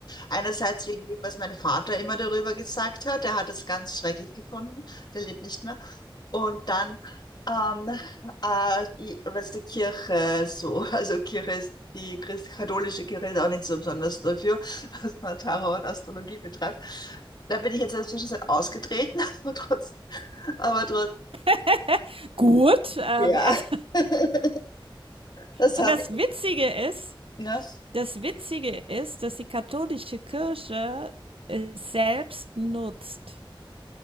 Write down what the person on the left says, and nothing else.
Einerseits wegen dem, was mein Vater immer darüber gesagt hat. Er hat es ganz schrecklich gefunden. Der lebt nicht mehr. Und dann ähm, äh, i- was die Kirche so, <laughs> also Kirche ist die christ katholische Kirche ist auch nicht so besonders dafür, <laughs> dass man Tarot und Astrologie betreibt. Da bin ich jetzt in der Zwischenzeit ausgetreten, <laughs> aber trotz, aber trotz,
ja,
<laughs> das
habe
ich,
ne?